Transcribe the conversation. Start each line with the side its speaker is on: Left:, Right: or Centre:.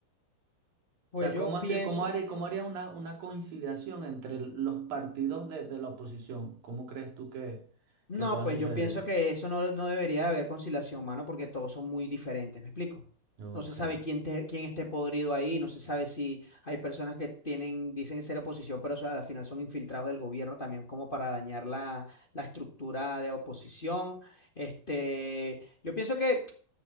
Left: Pues
Right: O sea,
Left: yo
Right: ¿cómo hace,
Left: pienso.
Right: cómo haría, cómo haría una, una conciliación entre los partidos de, de la oposición? ¿Cómo crees tú que,
Left: No,
Right: que pueda
Left: pues
Right: suceder
Left: yo pienso
Right: eso?
Left: que eso no, no debería de haber conciliación, mano, porque todos son muy diferentes, ¿me explico?
Right: Ok.
Left: No se sabe quién, te- quién esté podrido ahí, no se sabe si hay personas que tienen, dicen ser oposición, pero so- al final son infiltrados del gobierno también como para dañar la, la estructura de oposición. Este, yo pienso que